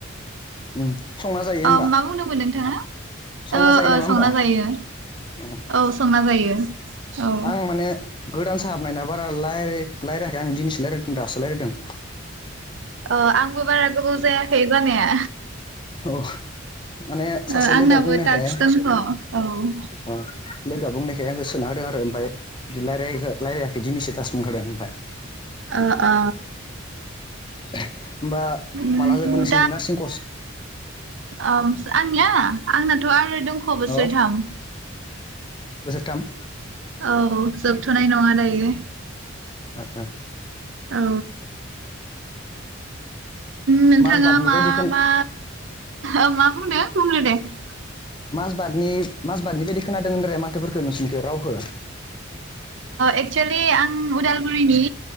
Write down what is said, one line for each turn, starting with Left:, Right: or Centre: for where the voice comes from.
Left: उम संना जायो होमबा
Right: औ मा बुंनोमोन नोंथाङा?
Left: संना
Right: ओ
Left: जायो
Right: ओ
Left: नामा होमबा
Right: संना जायो
Left: अ
Right: औ संना जायो। औ
Left: आं माने गोदान साहाबनायना बारा रायलाय रायलायाखै आं दिनिसो रायलायदों दासो रायलायदों।
Right: अ आंबो बारा गोबाव जायाखै जानाया!
Left: औ माने
Right: ओ
Left: सासे
Right: आंनाबो
Left: लोगोआ बुंनायखाय
Right: टाक्स
Left: अ
Right: दंथ' औ ओ
Left: - लोगो बुंनायखाय आंखौ सोना होदों आरो ओमफ्राय इदि रायलायाखै दिनैसो ताक्स मोनखादों ओमफ्राय-
Right: ओ ओ
Left: होमबा
Right: उम
Left: माला जोबगोन नोंसोरनि नार्सिं कर्स
Right: औ आंनिया आंनाथ' आरो दंख' बोसोरथाम।
Left: अ बोसोरथाम
Right: औ जोबथ'नाय नङा दायो।
Left: ओ ओ।
Right: औ नोंथाङा
Left: माजबादनि
Right: मा
Left: बायदि खोन
Right: मा ओ बुंनो -
Left: माजबादनि माजबादनि बायदि खोनादों होनदोरे माथोफोरखो नोंसोरनिखो रावखो।
Right: एक्सुयेलि आं उदालगुरिनि